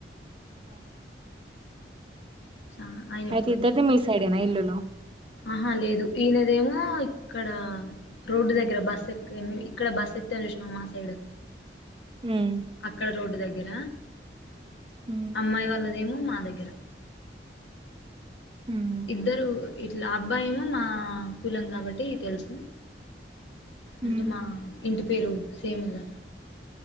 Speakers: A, on the right; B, on the left.
A: అదే
B: చా ఎప్పుడో
A: అయితే ఇద్దరిది
B: చనిపోయాడు
A: మీ సైడేనా ఇల్లులు?
B: అహా లేదు ఈయనదేమో ఇక్కడ రోడ్డు దగ్గర బస్ ఎక్కేమి ఇక్కడ బస్ ఎ తరు చూసినవా మా సైడ్
A: హ్మ్.
B: అక్కడ రోడ్డు దగ్గర
A: హ్మ్.
B: అమ్మాయి వాళ్లదేమో మా దగ్గర
A: హ్మ్.
B: ఇద్దరు ఇట్లా అబ్బాయిేమో మా కులం కాబట్టి తెలుసు
A: హ్మ్.
B: అంటే మా ఇంటి పేరు సేమ్ గద